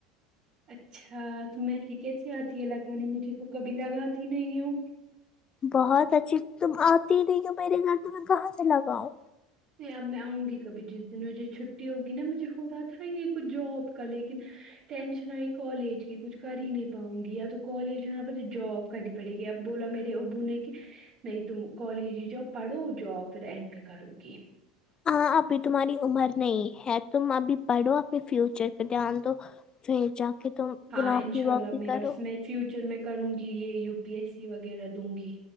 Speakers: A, on the right; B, on the left.
A: اچھا تو مہندی کیسی آتی ہے لگانے مجھے تو کبھی لگاتی نہیں ہوں
B: بہت اچھی تم آتی ہی نہیں ہو میرے گھر تو میں کہاں سے لگاؤں
A: نہیں اب میں آؤں گی کبھی جس دن مجھے چھٹی ہوگی نا مجھے ہو رہا تھا یہ کچھ جاب کا لیکن ٹینشن آئی کالج کی کچھ کر ہی نہیں پاؤں گی یا تو کالج یا پھر یہ جاب کرنی پڑے گی اب بولا میرے ابو نے کی نہیں تم کالج ہی جاؤ پڑھو جاب پھر اینڈ میں کرو گی
B: ہاں ابھی تمہاری عمر نہیں ہے تم ابھی پڑھو اپنے فیوچر پہ دھیان دو پھر جا کے تم
A: ہاں
B: کوئی نوکری
A: انشاء
B: وکری
A: اللہ میرا
B: کرو
A: میں فیوچر میں کروں گی یہ یو پی ایس سی وغیرہ دوں گی